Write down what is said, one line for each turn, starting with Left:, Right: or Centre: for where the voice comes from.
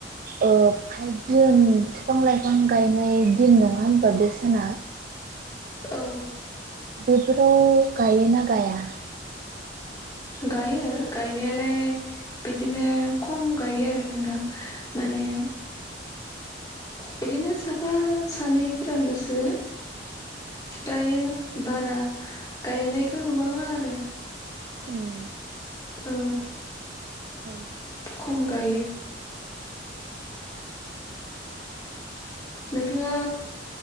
Right: औ फाइभ जुन बिफां लाइफां गायनाय दिन नङा होमबा बे साना
Left: औ
Right: बेफोराव गायोना गाया
Left: गायो गायनायालाय बिदिनो खम गायो आरो नोंदां माने बिदिनो साफा सानैफोराल'सो गायो बारा गायनायखौ नुबाङा आरो
Right: ए
Left: औ
Right: औ
Left: खम गायो नोंथाङा